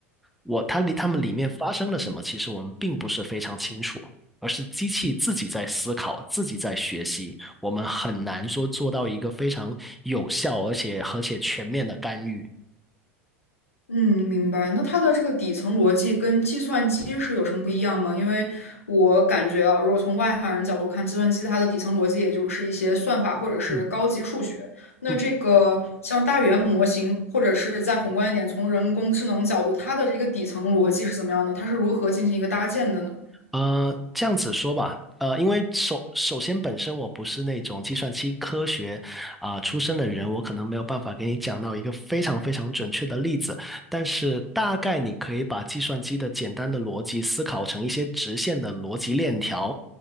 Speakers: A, in the centre; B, on the left (about 80°).
A: 我，它里，它们里面发生了什么，其实我们并不是非常清楚，而是机器自己在思考，自己在学习，我们很难说做到一个非常有效而且而且全面的干预。
B: 嗯，明白。那它的这个底层逻辑跟计算机是有什么不一样吗？因为我感觉啊，如果从外行人角度看，计算机它的底层逻辑也就是一些算法或者是高级数学。
A: 嗯
B: 那这个像大语言模型，
A: 嗯，
B: 或者是再宏观一点，从人工智能角度，它的这个底层逻辑是怎么样的？它是如何进行一个搭建的呢？
A: 呃，这样子说吧，呃，因为首首先本身我不是那种计算机科学啊、出身的人，我可能没有办法给你讲到一个非常非常准确的例子，但是大概你可以把计算机的简单的逻辑思考成一些直线的逻辑链条，